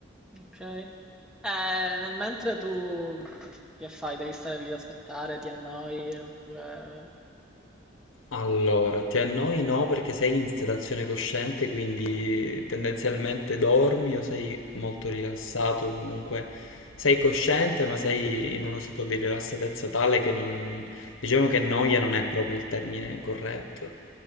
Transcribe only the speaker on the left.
Allora, ti annoi no perché sei in sedazione cosciente, quindi tendenzialmente dormi o sei molto rilassato, comunque sei cosciente ma sei in uno stato di rilassatezza tale che non... diciamo che noia non è proprio il termine corretto.